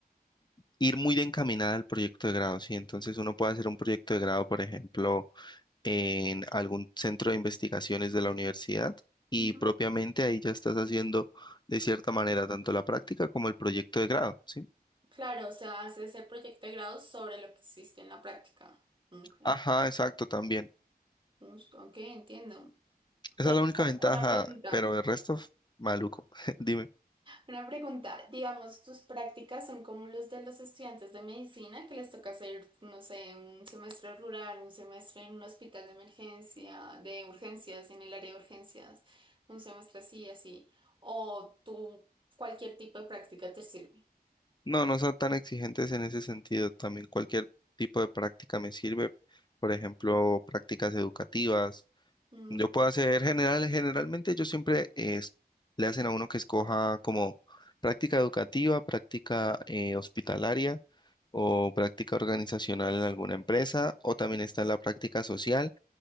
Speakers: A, on the left; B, on the right.
A: ir muy de encaminada al proyecto de grado, ¿sí? Entonces uno puede hacer un proyecto de grado, por ejemplo en algún centro de investigaciones de la universidad y
B: ujú.
A: propiamente ahí ya estás haciendo de cierta manera tanto la práctica como el proyecto de grado, ¿sí?
B: Claro, o sea, haces el proyecto de grado sobre lo que hiciste en la práctica. Ok,
A: Ajá, exacto, también.
B: justo, ok, entiendo.
A: Esa
B: Pero
A: es la única ventaja,
B: una pregunta.
A: pero el resto, maluco, <laughs> dime.
B: Una pregunta, digamos, tus prácticas son como los de los estudiantes de medicina que les toca hacer, no sé, un semestre rural, un semestre en un hospital de emergencia, de urgencias, en el área de urgencias, un semestre así, así, o tú, cualquier tipo de práctica te sirve.
A: No, no son tan exigentes en ese sentido. También cualquier tipo de práctica me sirve. Por ejemplo, prácticas educativas
B: Mm,
A: Yo puedo hacer general, generalmente yo siempre es, le hacen a uno que escoja como práctica educativa, práctica eh, hospitalaria o práctica organizacional en alguna empresa, o también está la práctica social,